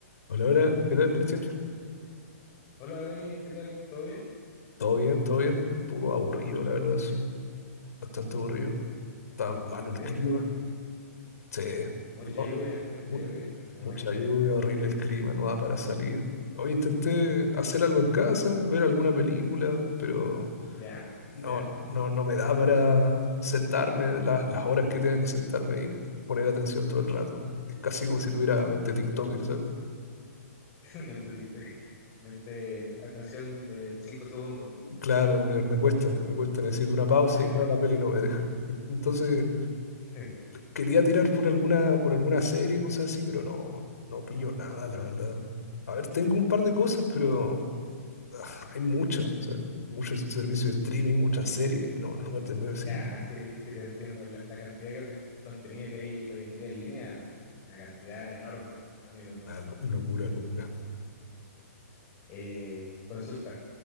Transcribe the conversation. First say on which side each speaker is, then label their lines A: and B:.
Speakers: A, on the left; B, on the left.
A: Hola, hola, ¿qué tal, Cristian?
B: Hola Denis, ¿qué tal? ¿Todo bien?
A: ¿Todo bien? ¿Todo bien? Un poco aburrido, la verdad, sí. Bastante aburrido. Está malo el
B: Sí,
A: clima.
B: muy,
A: Sí, no,
B: mucha lluvia, mucha
A: mu-
B: lluvia, me
A: mucha
B: imagino.
A: lluvia, horrible el clima, no da para salir. Hoy intenté hacer algo en casa, ver alguna película, pero
B: ¿Ya?
A: no,
B: ¿Ya?
A: no, no me da para sentarme las, las horas que tenga que sentarme y poner atención todo el rato. Es casi como si tuviera mente TikToker, ¿sabes?
B: <laughs> Mente TikTok. Mente, atención de 5 segundos.
A: Claro, me, me cuesta, me cuesta, necesito una pausa
B: Ya,
A: y claro, la peli no me deja. Entonces
B: <laughs>
A: Quería tirar por alguna, por alguna serie y cosas así, pero no, no pillo nada, la verdad. A ver, tengo un par de cosas, pero ah, hay muchas, o sea, muchos servicios de streaming, muchas series, y no, no me termino
B: ya,
A: sin
B: sí, sí te entiendo. La, la cantidad de conten- contenido que hay hoy en día en línea es una, una cantidad enorme, amigo hermano.
A: nada, lo- locura, locura.
B: Eh, consulta,